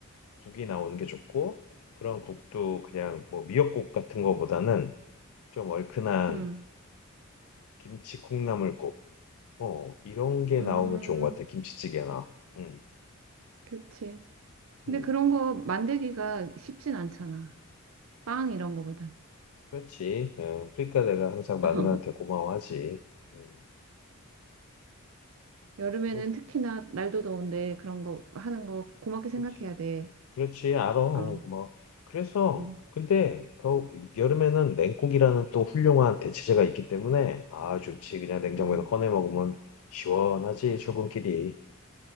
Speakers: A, on the left (about 70°); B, on the right (about 65°).
A: 국이 나오는 게 좋고, 그런 국도 그냥 뭐 미역국 같은 거보다는 좀 얼큰한
B: 음,
A: 김치 콩나물국, 어, 이런 게
B: 음,
A: 나오면 좋은 것 같아. 김치찌개나. 응,
B: 그치. 근데
A: 응.
B: 그런 거 만들기가 쉽진 않잖아. 빵 이런 거보단.
A: 그렇지. 어, 그러니까 내가 항상 마누라한테
B: <laughs>
A: 고마워하지. 음,
B: 여름에는
A: 그래,
B: 특히나 날도 더운데 그런 거 하는 거 고맙게 생각해야
A: 그렇지.
B: 돼.
A: 그렇지. 알아. 어,
B: 어,
A: 고마워. 그래서
B: 음,
A: 근데 겨 여름에는 냉국이라는 또 훌륭한 대체제가 있기 때문에 아 좋지. 그냥 냉장고에서
B: 음.
A: 꺼내 먹으면 시원하지. 출근길이.